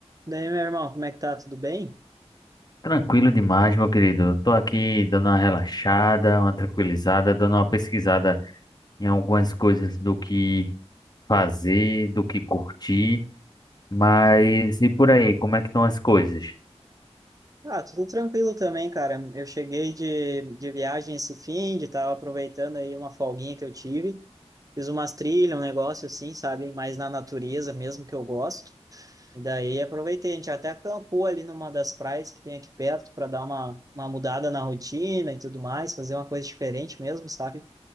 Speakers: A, on the right; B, on the left.
A: Daí, meu irmão, como é que tá? Tudo bem?
B: Tranquilo demais, meu querido. Tô aqui dando uma relaxada, uma tranquilizada, dando uma pesquisada em algumas coisas do que fazer, do que curtir. Mas e por aí, como é que estão as coisas?
A: Ah, tudo tranquilo também, cara. Eu cheguei de, de viagem esse fim, de tava aproveitando aí uma folguinha que eu tive. Fiz umas trilhas, um negócio assim, sabe? Mais na natureza mesmo que eu gosto. E daí aproveitei, a gente até acampou ali numa das praias que tem aqui perto para dar uma, uma mudada na rotina e tudo mais, fazer uma coisa diferente mesmo, sabe?